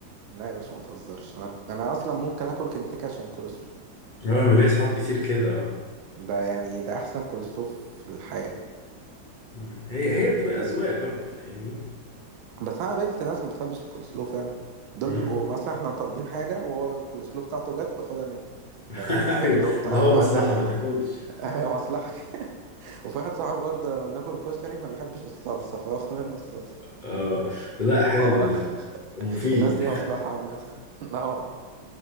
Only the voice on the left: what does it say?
اه أنا ليا صحاب كتير كده اه
مم. هي هي بتبقى
أذواق برضو فاهمني
مم.
<laughs>
ايوه
اللي
هو مصلحة
ما تاكلش
آه لا حلو
ده مفيد